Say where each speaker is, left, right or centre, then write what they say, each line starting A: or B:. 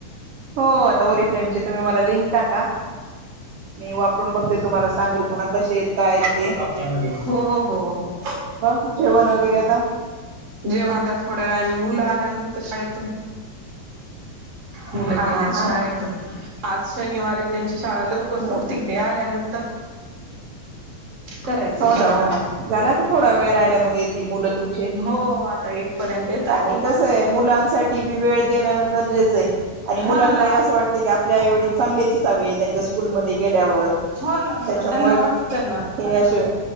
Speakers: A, on the right; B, on the right.
A: हो आता ओरीफ्लेमचे तुम्ही मला लिंक टाका मी वापरून बघते तुम्हाला सांगेल पुन्हा कसे आहेत काय आहेत ते
B: हो हो हो
A: ब जेवण वगैरे आता
B: जेव्हा आता थोड्या वे आणि मुलं आल्यानंतर शाळेतून मुलं
A: हा
B: गेलेत
A: हा हा
B: शाळेत
A: हा
B: पाच शनिवार त्यांची च लवकर सुट्ट
A: मुलं
B: ते आल्यानंतर करायचं
A: हो ना
B: जेवण
A: हो ना झाला तर थोडा वेळ राहिला मग तिमुूलं तुमचे
B: हो आता एक पर्यंत येतात
A: आणि
B: ते
A: कस आहे मुलांसाठी बी वेळ देणं गरजेचं आहे आणि
B: हा
A: मुलांनाही
B: ना
A: असं वाटत क आपल्या आईवडील चांगले दिस त्यांच्या स्कूलमध्ये गेल्यावर
B: हो ना हो
A: त्याच्यामुळे
B: ना त्यांना वाटतंय ना
A: हे अशिय